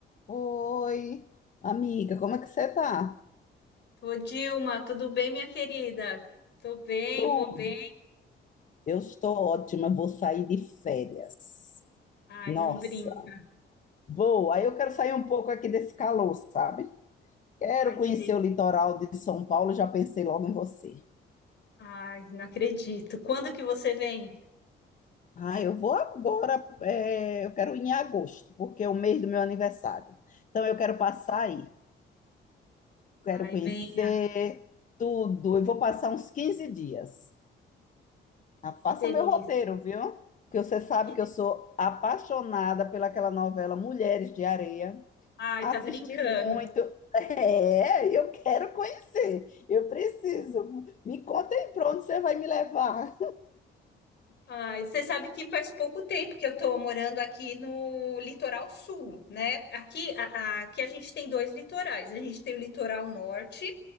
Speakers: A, on the left; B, on the left.
A: Oi, amiga, como é que você tá?
B: Ô, Dilma, tudo bem, minha querida? Tô bem,
A: Tô,
B: vou bem.
A: eu estou ótima, vou sair de férias.
B: Ai,
A: Nossa,
B: não brinca.
A: vou. Aí eu quero sair um pouco aqui desse calor, sabe? Quero
B: Ai,
A: conhecer
B: que delícia.
A: o litoral de São Paulo, já pensei logo em você.
B: Ai, não acredito. Quando que você vem?
A: Ah, eu vou agora, é, eu quero ir em agosto, porque é o mês do meu aniversário. Então eu quero passar aí,
B: Ai,
A: quero conhecer
B: venha.
A: tudo. Eu vou passar uns 15 dias. Ah, faça
B: Que delícia.
A: meu roteiro, viu? Porque você sabe
B: Que
A: que
B: de-
A: eu sou apaixonada pelaquela novela Mulheres de Areia.
B: Ai,
A: Assisti
B: tá brincando.
A: muito. <laughs> É, eu quero conhecer. Eu preciso. Me conta aí para onde você vai me levar.
B: Ai, você sabe que faz pouco tempo que eu tô morando aqui no litoral sul, né? Aqui a, a- aqui a gente tem dois litorais. A gente tem o litoral norte